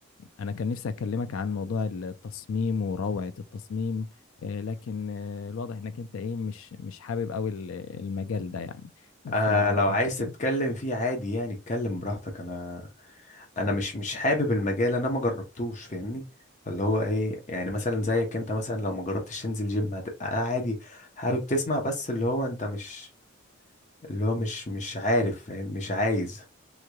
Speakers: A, on the left; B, on the left.
A: أنا كان نفسي أكلمك عن موضوع التصميم وروعة التصميم آه، لكن آه، الواضح إنك أنت إيه مش مش حابب أوي ال- المجال ده يعني
B: آه
A: ف- فممكن
B: لو عايز تتكلم فيه عادي يعني اتكلم براحتك انا انا مش مش حابب المجال انا ما جربتوش فاهمني اللي هو ايه يعني مثلا زيك انت مثلا لو ما جربتش تنزل جيم هتبقى عادي حابب تسمع بس اللي هو انت مش اللي هو مش مش عارف فاهم مش عايز